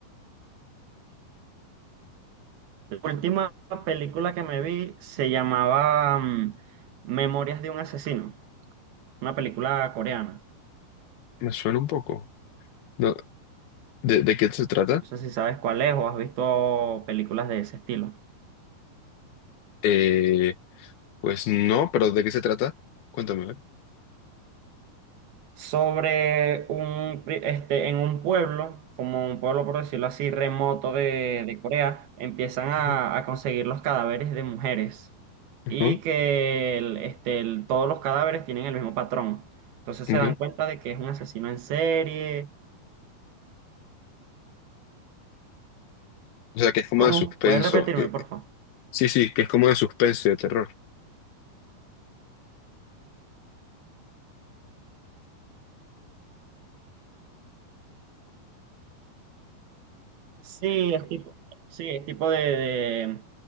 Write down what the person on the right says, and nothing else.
La última película que me vi se llamaba mm, Memorias de un asesino, una película coreana.
No sé si sabes cuál es o has visto películas de ese estilo.
Sobre un, pri- este, en un pueblo, como un pueblo por decirlo así, remoto de, de Corea, empiezan a,
a conseguir los cadáveres de mujeres
y que el- este, el- todos los cadáveres tienen el mismo patrón. Entonces
se dan cuenta de que es un asesino en serie
¿Cómo?
¿Puedes repetirme,
por favor?
Sí, es tipo, sí, es tipo de, de,